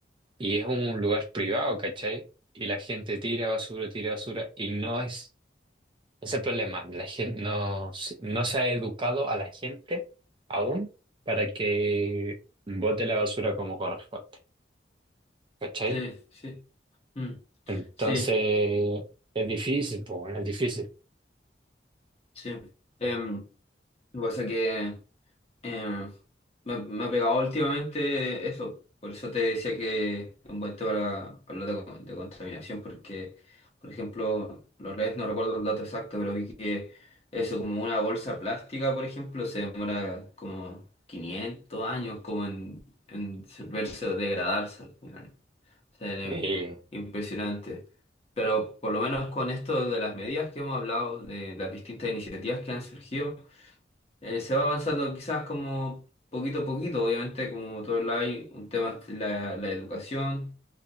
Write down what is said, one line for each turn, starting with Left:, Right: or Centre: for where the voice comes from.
Right: y es un lugar privado, ¿cachai? Y la gente tira basura, tira basura y no es Es el problema. La gente no, se- no se ha educado a la gente aún para que bote la basura como corresponde. ¿Cachai?
Left: sí, sí. mm,
Right: Entonces,
Left: Sí,
Right: es difícil, pues bueno, es difícil.
Left: sí. Em, lo que pasa es que em, me, ha me ha pegado últimamente eso. Por eso te decía que es un buen tema para hablar de, con- de contaminación, porque, por ejemplo, los redes no recuerdo el dato exacto, pero vi que eso, como una bolsa plástica, por ejemplo, se demora como 500 años como en, en disolverse o degradarse al final. Sí, anime.
Right: Sí.
Left: Impresionante. Pero por lo menos con esto de las medidas que hemos hablado, de las distintas iniciativas que han surgido, eh, se va avanzando quizás como poquito a poquito. Obviamente, como todo el hay, un tema es la, la educación,